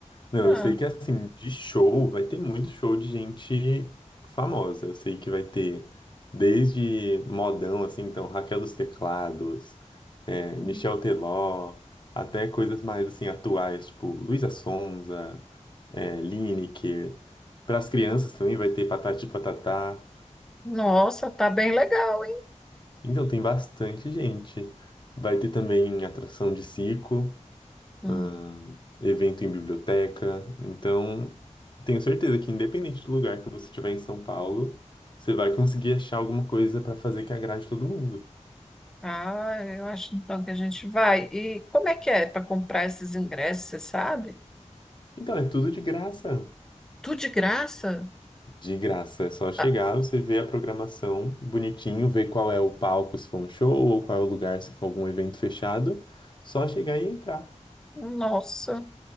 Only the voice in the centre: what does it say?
Ah,
Uhum.
Nossa, tá bem legal, hein?
Uhum.
Ah, eu acho então que a gente vai. E como é que é para comprar esses ingressos, você sabe?
Tudo de graça?
Ah,
nossa,